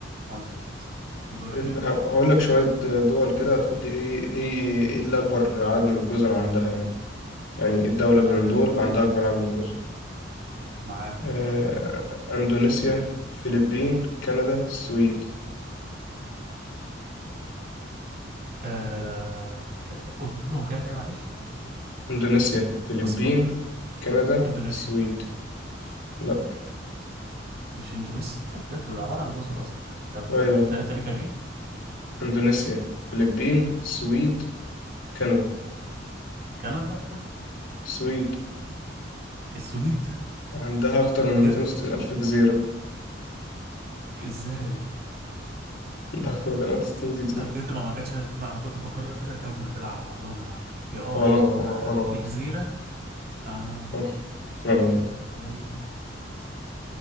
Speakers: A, on the right; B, on the left.
A: مظبوط دورك
B: إد-
A: يا باشا
B: ه- هقول لك شوية دول كده هتقول لي ايه ايه ايه اللي اكبر عدد من الجزر عندها يعني يعني إيه الدولة اللي
A: تمام
B: من دول عندها اكبر عدد من الجزر
A: معاك
B: آه،
A: يلا بينا
B: اندونيسيا فلبين كندا السويد
A: آه... ت- قولهم كده تاني معلش
B: اندونيسيا فلبين
A: بس بقى.
B: كندا
A: اندونيسيا
B: السويد لا
A: مش اندونيسيا بجد ده عبارة عن جزر اصلا طب
B: ايوه
A: الاختيار التاني كان ايه
B: اندونيسيا فلبين السويد كندا
A: كندا
B: السويد
A: السويد
B: عندها أكتر من
A: بجد
B: 260 ألف جزيرة
A: ازاي
B: عندها أكتر من 260 جزيرة
A: لا بجد ما ما كانتش لا، انا كنت فاكرها كده كامله كده على بعضها ما هي اه
B: ولا
A: يعتبر
B: أنا وأنا
A: على شكل
B: برضه
A: جزيره اه
B: صح؟ وأنا برضه
A: جميل جميل